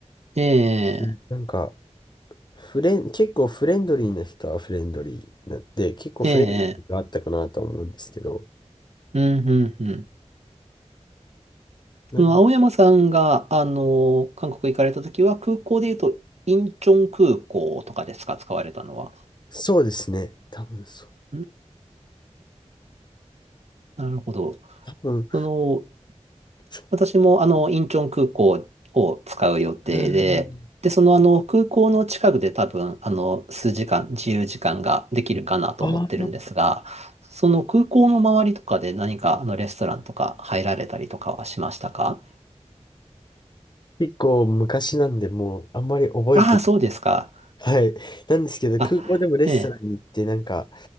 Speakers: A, on the right; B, on the left.
A: え
B: うんなんか
A: え、
B: フレン、結構フレンドリーな人はフレンドリーなで、結構フレンドリーがあったかなと思うんですけど、
A: ええ、うん、うん、うん。
B: なん
A: その青山さんが、あの、韓国行かれたときは、空港で言うと、インチョン空港とかですか、使われたのは。
B: そうですね。多分そう。
A: んなるほど。
B: 多分、
A: その、
B: ち
A: 私もあの、インチョン空港を使う予定で、
B: うん。
A: で、そのあの、空港の近くで多分、あの、数時間、自由時間ができるかなと思ってるんですが、
B: ああ、
A: その空港の周りとかで何かあの、レストランとか入られたりとかはしましたか
B: 結構昔なんで、もうあんまり覚えてな
A: ああ、そうですか。
B: い。はい。なんですけど、
A: あ、
B: 空港でもレストランに行って、
A: ええ、
B: なんか、